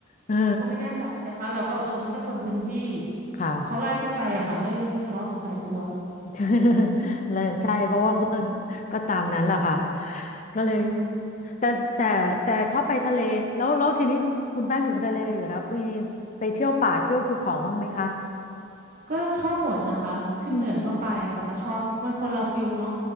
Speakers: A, on the left; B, on the right.
A: เออ
B: เราก็ไม่แน่ใจนะคะเราก็เออไม่ใช่คนพื้นที่
A: ค่ะ
B: เขาไล่ก็ไปอะค่ะไม่ไม่ทะเลาะกับใครกลัว
A: <laughs> เลยใช่เพราะว่า
B: เนาะ
A: <laughs> ก็ก็ตามนั้นแหละค่ะก็เลย
B: เนาะ
A: แต่แต่แต่ชอบไปทะเลแล้วแล้วทีนี้คุณแป้งอยู่ทะเลอยู่แล้วไปไปเที่ยวป่าเที่ยวภูเขาบ้างไหมคะ
B: ก็ชอบหมดนะคะขึ้นเหนือก็ไปอะค่ะก็ชอบมันคนละฟิลเนาะ
A: อืม